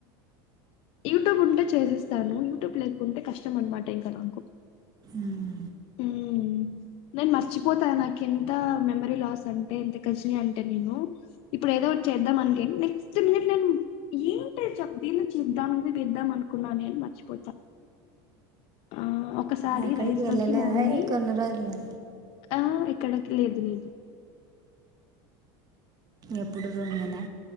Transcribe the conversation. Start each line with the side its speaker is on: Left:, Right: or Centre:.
Left: యూట్యూబ్ ఉంటే చేసేస్తాను. యూట్యూబ్ లేకుంటే కష్టం. మనమాటే ఇంకా నాకు
Right: మ్మ్.
Left: మ్మ్. నేను మర్చిపోతా నాకు ఎంత మెమరీ లాస్ అంటే ఎంత గజనీ అంటే నేను ఇప్పుడు ఏదో ఒకటి చేద్దాం అంటే నెక్స్ట్ మినిట్ లా నేను ఏంటి దీన్నీ చేద్దామ్ వేద్దాం అనుకున్నానే అని మర్చిపోతా ఆ ఒకసారి
Right: ఎక్కడికి
Left: రైస్
Right: వెళ్ళలేదా
Left: లోకి మా మమ్మీ
Right: ఈ కొన్ని రోజులు
Left: ఆ ఇక్కడకి లేదు లేదు
Right: ఎప్పుడు రాంగే నా